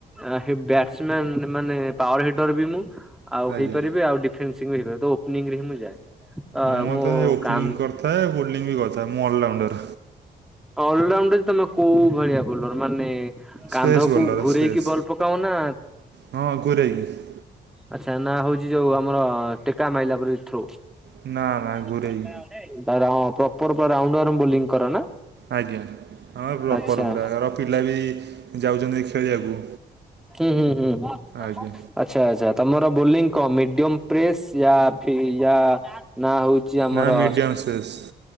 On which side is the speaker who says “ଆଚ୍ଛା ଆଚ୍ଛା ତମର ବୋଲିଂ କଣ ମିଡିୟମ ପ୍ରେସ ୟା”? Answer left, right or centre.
Centre